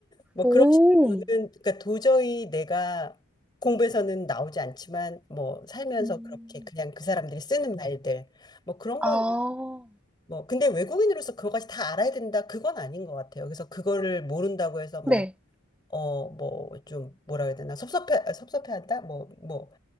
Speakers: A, on the left; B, in the centre.
A: 뭐
B: 오.
A: 그런 식으로는 그러니까 도저히 내가 공부에서는 나오지 않지만 뭐 살면서
B: 음.
A: 그렇게 그냥 그 사람들이 쓰는 말들 뭐 그런
B: 아.
A: 거는 뭐 근데 외국인으로서 그거까지 다 알아야 된다 그건 아닌 것 같아요. 그래서 그거를 모른다고 해서 뭐
B: 네.
A: 어 뭐 좀 뭐라 해야 되나 섭섭해 섭섭해한다 뭐뭐